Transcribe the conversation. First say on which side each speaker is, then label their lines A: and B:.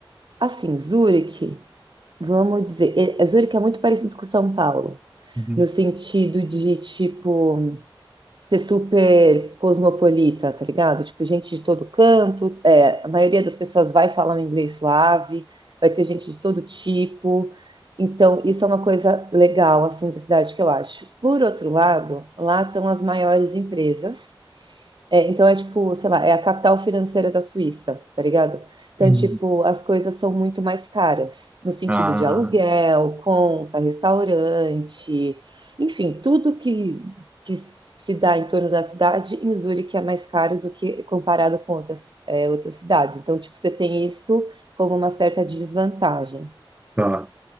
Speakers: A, on the right; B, on the right.
A: assim, Zurique, vamos dizer, é- é- Zurique é muito parecido com São Paulo,
B: Uhum.
A: no sentido de, tipo ser super cosmopolita, tá ligado? Tipo, gente de todo canto, é, a maioria das pessoas vai falar um inglês suave, vai ter gente de todo tipo. Então, isso é uma coisa legal, assim, da cidade que eu acho. Por outro lado, lá estão as maiores empresas, é, então é tipo, sei lá, é a capital financeira da Suíça, tá ligado? Então,
B: Uhum.
A: tipo, as coisas são muito mais caras, no sentido
B: Ah,
A: de aluguel, conta, restaurante, enfim, tudo que, que se dá em torno da cidade, em Zurique é mais caro do que comparado com outras, é, outras cidades. Então, tipo, você tem isso como uma certa desvantagem.
B: tá.